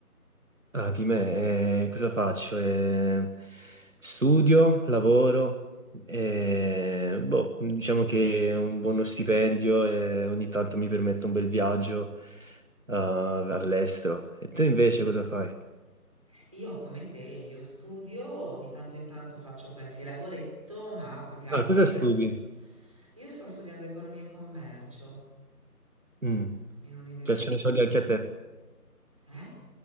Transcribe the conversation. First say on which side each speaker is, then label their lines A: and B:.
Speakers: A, on the right; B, on the right.
A: Ah, di me, eh, cosa faccio? Eh, studio, lavoro, eh, boh, diciamo che un buono stipendio e ogni tanto mi permette un bel viaggio, ah, all'estero. E tu invece cosa fai?
B: Io come te, io studio, di tanto in tanto faccio qualche lavoretto, ma più che altro
A: Ah, cosa
B: per...
A: studi?
B: Io sto studiando economia e commercio
A: Mm,
B: in università.
A: Piacciono i soldi anche a te?
B: Eh?